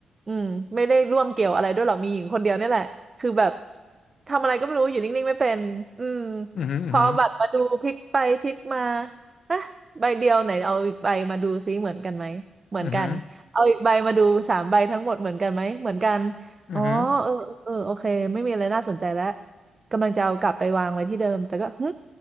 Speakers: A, on the right; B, on the left.
A: อืมไม่ได้ร่วมเกี่ยวอะไรด้วยหรอกมีหญิงคนเดียวเนี่ยแหละคือแบบทำอะไรก็ไม่รู้อยู่นิ่งๆไม่เป็นอืม
B: อือหืออือหือ
A: พอเอาบัตรมาดูพลิกไปพลิกมา อ่ะใบเดียวไหนเอาอีกใบมาดูซิเหมือนกันไหมเหมือนกันเอาอีกใบมาดูสามใบทั้งหมดเหมือนกันไหมเหมือนกัน
B: อือหืออือหือ
A: อ๋อเออเออโอเคไม่มีอะไรน่าสนใจแล้วกำลังจะเอากลับไปวางไว้ที่เดิมแต่ก็หึ